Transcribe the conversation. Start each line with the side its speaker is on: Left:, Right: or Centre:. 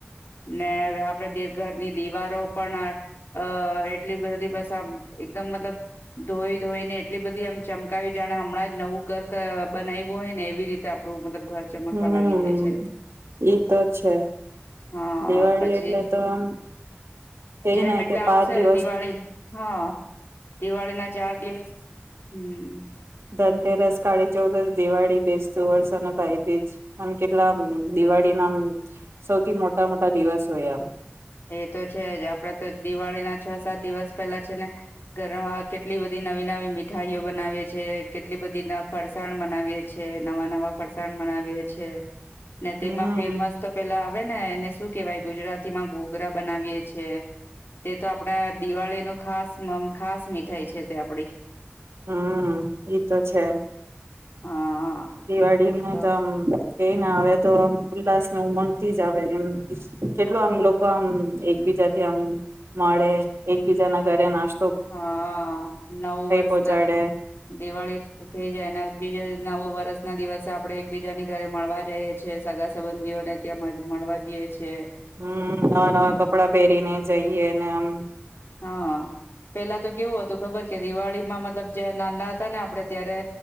Left: ને આપડે ઘરની દિવારો પણ અ એટલી બધી એકદમ મતલબ ધોઈ ધોઈને એટલી બધી આમ ચમકાવી જાણે હમણાં જ નવું ઘર બનાવવું હોય ને એવી રીતે આપડું મતલબ ઘર ચમકવા
Right: હમ્મ
Left: લાગી જાય છે
Right: ઈ તો છે
Left: હા
Right: દિવાળી
Left: પછી
Right: એટલે તો આમ કઈને
Left: જેમ એટલે
Right: કે પાંચ
Left: આવશે
Right: દિવસ
Left: દિવાળી હા દિવાળી ના ચાર દિવસ હમ્મ
Right: ધનતેરસ કાળી ચૌદસ દિવાળી બેસતું વર્ષ અને ભાઈબીજ આમ કેટલામ દિવાળી ના સૌથી મોટા મોટા દિવસ હોય આમ
Left: એ તો છે જ આપડે તો દિવાળી ના છ સાત દિવસ પહેલા છે ને ઘરમાં કેટલી બધી નવી નવી મીઠાઈઓ બનાવીએ છે કેટલી બધી ફરસાણ બનાવીએ છે નવા નવા ફરસાણ મનાવીએ છે ને
Right: હમ
Left: તેમાં ફેમસ તો પેલા હોવેને ને એને શું કેવાય ગુજરાતીમાં ગ ગુગરા બનાવીએ છે તે તો આપડા દિવાળી ન ખાસ ખાસ મીઠાઈ છે તે આપડી
Right: હમ્મ એ તો છે
Left: હા
Right: દિવાળી
Left: તો
Right: તોમ ક ના આવે તો આમ ઉલ્લાાસ ન ઉમંગ થી જ આવે એમ કેટલું આમ લોકો આમ એકબીજાથી આમ મળે એકબીજા ના ઘરે નાસ્
Left: હા નવ વર્ષ
Right: પહોંચાડે
Left: ના દિવાળી થઈ જાય અને બીજા નવું વર્ષ ના દિવસે આપડણે એકબીજાની ઘરે મળવા જઈએ છીએ સગા સંબંધીઓને ત્યાં મળવા જઈએ છ છેએ
Right: હમ નવા નવા કપડાં પહેરીને જઈએ ને આમ
Left: હા પેલા તો કેવું હતું ખબર કે દિવાળીમાં મતલબ જ નાના હતા ને આપડે ત્યારે